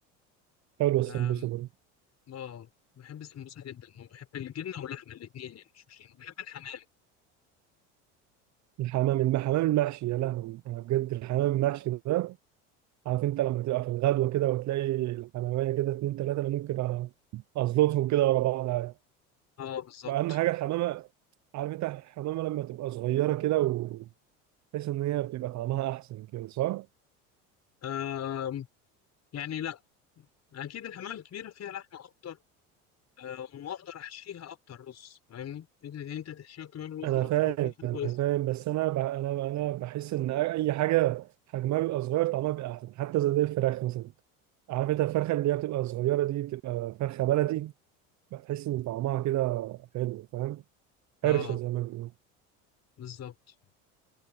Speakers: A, on the right; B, on the left.
A: حلوه
B: آم،
A: السمبوسه برضه
B: آه بحب السمبوسة جدا وبحب الجبنة واللحمة الاتنين يعني مش مشكلة بحب الحمام
A: الحمام الم- الحمام المحشي يا لهوي انا بجد الحمام المحشي ده عارف انت لما تبقى في الغدوه كده وتلاقي الحماميه كده اتنين تلاته انا ممكن أ- ازلطهم كده ورا بعض عادي
B: اه بالظبط
A: واهم حاجه الحمامه عارف انت الحمامه لما تبقى صغيره كده و... بحيث ان هي بتبقى طعمها احسن كده صح؟
B: آم، يعني لا أكيد الحمام الكبيرة فيها لحمة أكتر آه وأقدر أحشيها أكتر رز فاهمني؟ فكرة إن أنت تحشيها كمان رز
A: انا
B: أكتر
A: فاهم
B: دي حاجة
A: انا
B: كويسة
A: فاهم بس انا ب... انا انا بحس ان اي حاجه حجمها بيبقى صغير طعمها بيبقى احسن حتى زي زي الفراخ مثلا عارف انت الفرخه اللي هي بتبقى صغيره دي بتبقى فرخه بلدي بتحس ان طعمها كده حلو فاهم
B: اه
A: حرشه زي ما بيقولوا
B: بالظبط